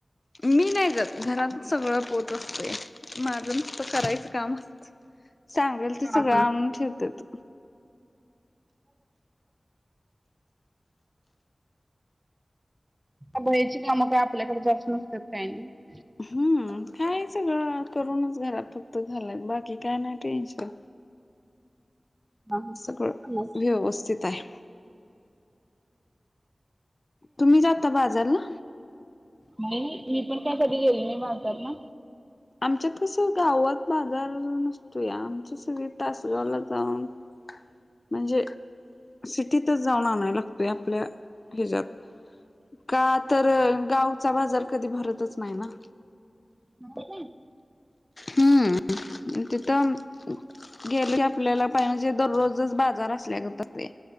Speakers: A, on the left; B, on the right.
A: मी नाही जात. घरात सगळं पोत असतय. माझं- करायचं काम. सांगेल ते
B: हा
A: सगळं
B: हा
A: आणून ठेवतात.
B: बाहेरची कामं काय आपल्याकडे जास नसतात काही नाही.
A: हम्म. काय सगळं करूनच घरात फक्त झालंय. बाकी काय नाही टेन्शन.
B: हा हा.
A: सगळं व्यवस्थित आहे. तुम्ही जाता बाजारला?
B: नाही नाही. मी पण काय कधी गेले नाही बाजारला.
A: आमच्यात कसं? गावात बाजार नसतोया. आमची सगळे तासगावला जाऊन-
B: <unintelligible> <inaudible>
A: म्हणजे, सिटीतच जाऊन आणाय लागतोय आपल्या ह्याच्यात. का? तर गावचा बाजार कधी भरतच नाही ना.
B: <unintelligible>
A: ह. तिथं- गेले आपल्याला <unintelligible> दररोजच बाजार असल्यागत <unintelligible>